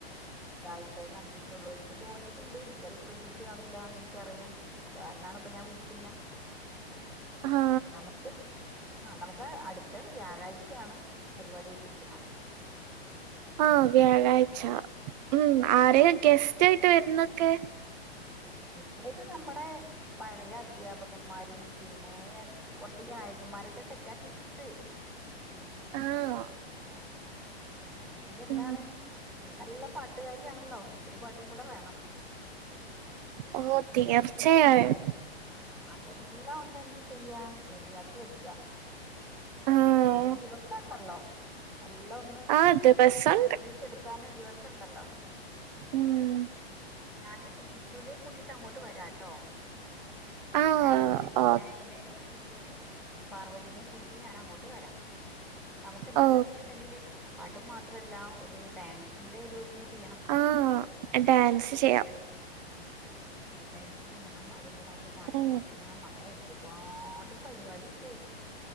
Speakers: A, in the centre; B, on the right.
A: വെറുതായിട്ടേ കണ്ടിട്ടുള്ളു എനിക്ക് തോന്നിയിട്ടുണ്ട് നീയത് ശ്രദ്ധിച്ചു കാണില്ലന്ന് എനിക്കറിയാം. അത് കാരണാണ് ഇപ്പൊ ഞാൻ വിളിക്കുന്നെ.
B: ആ
A: നമുക്ക് അഹ് നമുക്ക് അടുത്ത വ്യാഴാഴ്ചയാണ് പരിപാടി വെച്ചിരിക്കണേ
B: ആഹ് വ്യാഴാഴ്ച ഉം,
A: ആഹ്
B: ആരേലും
A: വ്യാഴാഴ്ചയാണ്
B: ഗെസ്റ്റ് ആയിട്ട് വരുന്നൊക്കെ.
A: ഗ സ്റ്റായിട്ട് നമ്മടെ പഴയ അധ്യാപകന്മാരും പിന്നെ കൊറച്ചു ഗായകന്മാരൊക്കെ സെറ്റാക്കിട്ടുണ്ട്.
B: ആഹ്
A: ഉം അപ്പോഴ ന്താണ്.
B: ഉം
A: നീ നല്ല പാട്ടുകാരിയാണല്ലോ നിന്റെരു പാട്ടും കൂടെ വേണം.
B: ഓഹ്
A: അപ്പൊ അതെല്ലാം
B: തീർച്ചയായും.
A: ഒന്ന് ആഹ് അതെല്ലാം ഒന്ന് എന്ത് ചെയ്യാ റെഡിയാക്കി വെക്ക
B: ആഹ്
A: ഇനീം ദിവസണ്ടല്ലോ. എല്ലാം ഒന്ന്
B: ആ ദിവസണ്ട്
A: പരിശീലിച്ചെടുക്കാൻ ദിവസണ്ടല്ലോ.
B: ഉം
A: ഞാന് കിച്ചൂനേം കൂട്ടീട്ട് അങ്ങോട്ട് വരാട്ടോ.
B: ആഹ്
A: നയന
B: ഓ
A: നയനനേം കിച്ചൂനേം പാർവതി നേം കൂട്ടീട്ട് ഞാൻ അങ്ങോട്ട് വരാം. നമുക്ക് എന്താന്ന്
B: ഓ
A: വച്ചിട്ടുണ്ടെങ്കില് പാട്ടും മാത്രല്ല ഒരു ഡാൻസിന്റെ ഒരു ഇതും ചെയ്യണം.
B: ആ ഡാൻസ് ചെയ്യാ.
A: ആ ഡാൻസ് ചെയ്യണം അതിനെ നമുക്ക് പാട്ട്
B: ഉം
A: സെലക്ട് ചെയ്യണം അങ്ങനെ ഒരുപാട് പരിപാടി ഇണ്ട്